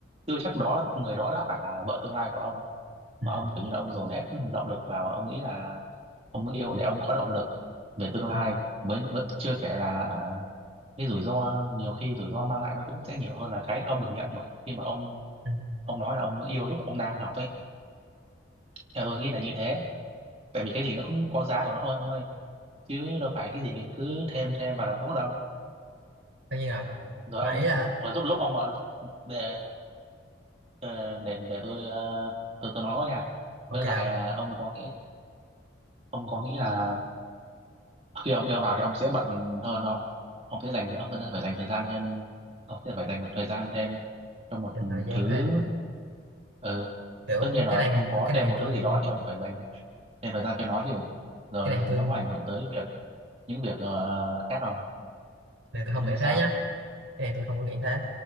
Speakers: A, on the right; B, on the right.
A: chưa chắc đó người đó đã phải là vợ tương lai của ông mà
B: ừ.
A: ông kiểu như là ông dồn hết động lực vào ông nghĩ là ông yêu để ông có động lực về tương lai
B: Ừ.
A: mới mới- chưa kể là hả, cái rủi ro nhiều khi rủi ro mang lại nó cũng sẽ nhiều hơn là cái ông được nhận mà khi mà ông
B: Ừ.
A: ông nói là ông yêu lúc ông đang học ấy theo tôi nghĩ là như thế tại vì cái gì nó cũng có giá của nó thôi ông ơi chứ đâu phải cái gì cứ thêm thêm vào là tốt đâu
B: tất nhiên rồi
A: rồi
B: mà
A: ông
B: ý là
A: rồi giúp lúc ông mà để để để, để tôi ờ, tôi tôi nói nó nha
B: ok
A: với lại
B: không
A: ờ, ông có nghĩ ông có nghĩ là khi ông yêu vào thì ông sẽ bận hơn không ông sẽ dành ông sẽ phải dành thời gian thêm ông sẽ phải dành một thời gian thêm cho một
B: dành thời gian
A: thứ
B: thêm
A: ừ,
B: kiểu
A: tất nhiên rồi
B: cái này
A: ông có
B: tôi cái
A: thêm
B: này
A: một
B: tôi
A: thứ gì đó thì ông phải dành thêm thời gian cho nó chứ rồi
B: cái này tôi
A: nó có ảnh hưởng tới việc những việc ờ, khác không
B: này tôi không
A: ông
B: nghĩ
A: nghĩ sao
B: thế nhá cái này tôi không có nghĩ thế